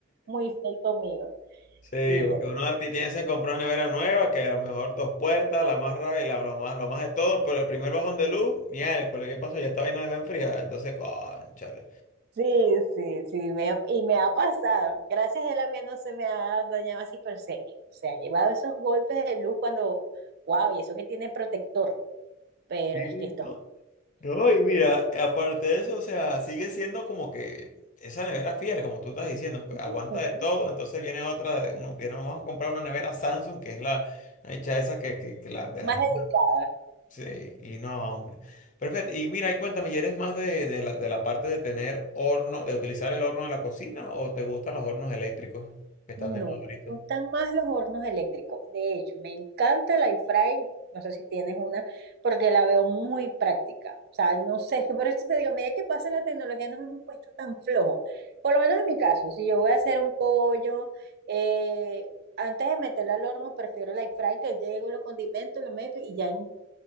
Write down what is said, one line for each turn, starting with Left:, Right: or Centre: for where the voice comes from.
Right: muy fiel conmigo.
Left: sí,
Right: Sí,
Left: porque
Right: eh,
Left: uno a ti piensa en comprar una nevera nueva, que a lo mejor dos puertas, la más rabia, la, lo más, lo más de todo, pero el primer bajón de luz, miércoles, ¿qué pasó? Ya esta vaina dejó enfriada. Entonces, cónchale.
Right: sí, sí, sí, me- y me ha pasado. Gracias a la mía no se me ha dañado así, pero se, se ha llevado esos golpes de luz cuando, wow, y eso que tiene protector, pero
Left: Sí,
Right: es que esto...
Left: no, No, y mira, aparte de eso, o sea, sigue siendo como que esa nevera fiel, como tú estás diciendo, pues, aguanta
Right: es bien
Left: de todo, entonces viene otra, de uno, viene, vamos a comprar una nevera Samsung, que es la la hecha esa que, que, que la de
Right: más
Left: las...
Right: dedicadas.
Left: Sí, y no, hombre. Pero fíjate, y mira, y cuéntame, ¿y eres más de, de la, de la parte de tener horno, de utilizar el horno en la cocina o te gustan los hornos eléctricos que están
Right: No,
Left: de moda ahorita?
Right: me gustan más los hornos eléctricos. De hecho, me encanta la air fry. No sé si tienes una, porque la veo muy práctica. O sea, no sé, <laughs> por eso te digo, a medida que pasa la tecnología nos hemos puesto tan flojos. Por lo menos en mi caso, si yo voy a hacer un pollo, eh, antes de meterlo al horno, prefiero la air fry, que llego, lo condimento, lo meto y ya en